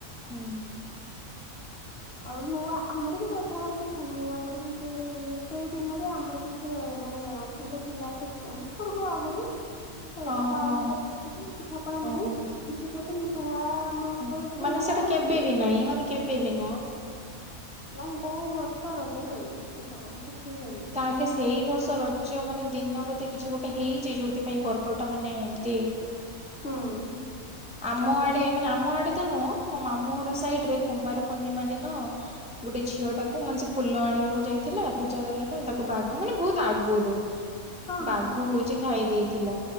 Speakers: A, in the centre; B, on the left.
A: ହୁଁ।
B: ଆଉ ନୂଆ ଆମର ବି ରଜ ଘରେ ପିଠା ନାହିଁ ଆମର ବି ସେ ସେଇ ଦିନରେ ଆମର କିଛି କିଛି ମାନେ ଅସୁବିଧା ଥିଲା ସେ ପୂର୍ବ ଆଗରୁ ତ ସେଇଟା
A: ଓହୋ
B: ପାଳନରେ
A: ହୋ
B: ଅଛନ୍ତି ପିଠାପଡା ନାହିଁ
A: ଓ ହୋ
B: କିଥିପତି ନୂଆ ମୋର
A: ହୁଁ
B: ଯଦି
A: ମାନେ
B: ନୂଆ
A: ସେଟା
B: ହଉଛି
A: କେବେ ବି ନାହିଁ ମାନେ କେବେ ବି ନୁହଁ।
B: ନାଇ କୋଉ ବର୍ଷ ରଜରେ ହୁଏନି ପିଠାପଣାା କିଛି ହୁଏନି।
A: ତାହେଲେ ସେଇ ବର୍ଷ ରଜ ମାନେ ଦିନ ବୋଧେ କିଛି ଗୋଟେ ହେଇଛି ଯୋଉଥିପାଇଁ ପର୍ବ ଟା ମାନେ ଏମିତି
B: ହୁଁ
A: ଆମ
B: ତ
A: ଆଡେ ମାନେ ଆମ ଆଡେ ତ ନୁହଁ ମୋ ମାମୁର ସାଇଡ ରେ କୁମାର ପୂର୍ଣ୍ଣିମା ଦିନ ଗୋଟେ ଝିଅ ଟାକୁ ମାନେ ସେ ଫୁଲ ଆଣିବାକୁ ଯାଇଥିଲା ପୂଜା କରିବା ପାଇଁ ତାକୁ ବାଘ ମାନେ ବହୁତ ଆଗରୁ
B: ହଁ ହଁ
A: ବାଘ
B: ହଁ
A: ହଉଛି ଖାଇ ଦେଇେଥିଲା